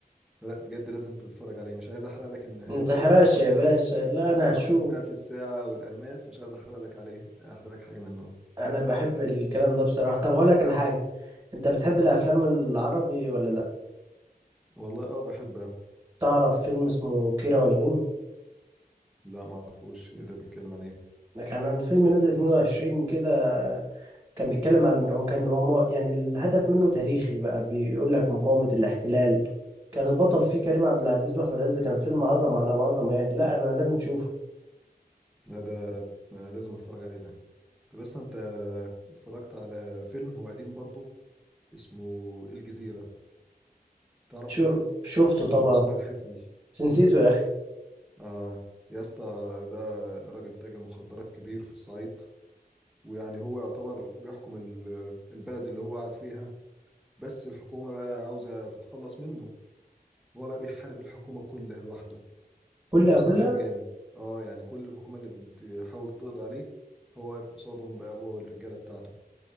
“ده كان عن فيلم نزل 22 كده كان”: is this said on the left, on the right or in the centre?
Right